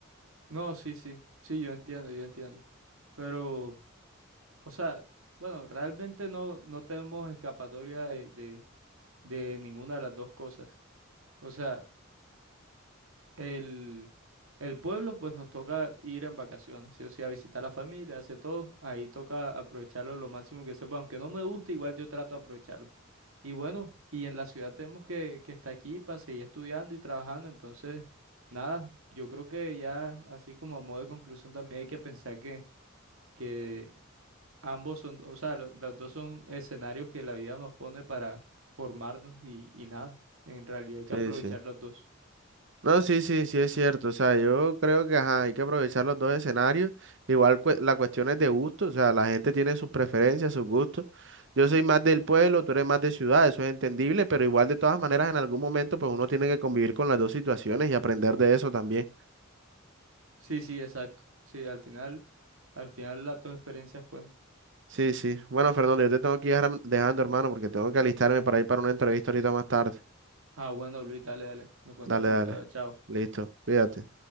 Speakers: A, on the right; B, on the right.
A: No, sí, sí, sí, yo entiendo, yo entiendo. Pero, o sea, bueno, realmente no, no tenemos escapatoria de, de, de ninguna de las dos cosas. O sea, el, el pueblo, pues nos toca ir en vacaciones, sí o sí, a visitar a la familia, hace todo. Ahí toca aprovecharlo lo máximo que se pueda. Aunque no me guste, igual yo trato de aprovecharlo. Y bueno, y en la ciudad tenemos que, que estar aquí para seguir estudiando y trabajando. Entonces, nada, yo creo que ya, así como a modo de conclusión, también hay que pensar que, que ambos son, o sea, lo- los dos son escenarios que la vida nos pone para formarnos y, y nada. En realidad hay que
B: Sí,
A: aprovechar
B: sí.
A: los dos.
B: No, sí, sí, sí es cierto. O sea, yo creo que ajá, hay que aprovechar los dos escenarios. Igual cue- la cuestión es de gusto, o sea, la gente tiene sus preferencias, sus gustos. Yo soy más del pueblo, tú eres más de ciudad, eso es entendible, pero igual de todas maneras en algún momento pues uno tiene que convivir con las dos situaciones y aprender de eso también.
A: Sí, sí, exacto. Sí, al final. Al final las dos experiencias cuentan.
B: Sí, sí. Bueno, Fernando, yo te tengo que ir ahora dejando, hermano, porque tengo que alistarme para ir para una entrevista ahorita más tarde.
A: Ah, bueno, Luis, dale, dale. Me cuentas
B: Dale,
A: cómo
B: dale.
A: te va. Chao.
B: Listo. Cuídate.